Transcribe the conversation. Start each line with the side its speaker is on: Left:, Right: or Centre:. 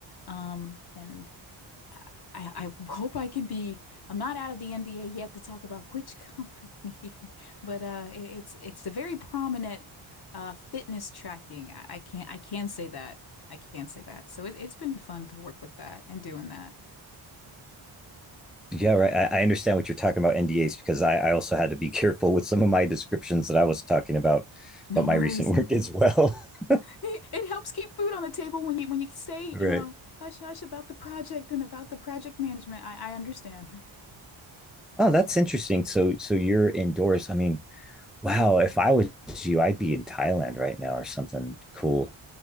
Left: um, and I, I hope I can be. I'm not out of the NDA yet to talk about which company, <laughs> but uh, it- it's it's a very prominent uh, fitness tracking. I, I can't I can say that. I can say that. So it, it's been fun to work with that and doing that.
Centre: Yeah, right. I, I understand what you're talking about NDAs because I, I also had to be <laughs> careful with some of my descriptions that I was talking about
Left: No
Centre: about my
Left: worries.
Centre: recent <laughs> work as well. <laughs>
Left: It, it helps keep food on the table when you when you say,
Centre: Right.
Left: you know, hush hush about the project and about the project management. I, I understand.
Centre: Oh, that's interesting. So so you're indoors. I mean, wow, if I was you, I'd be in Thailand right now or something cool,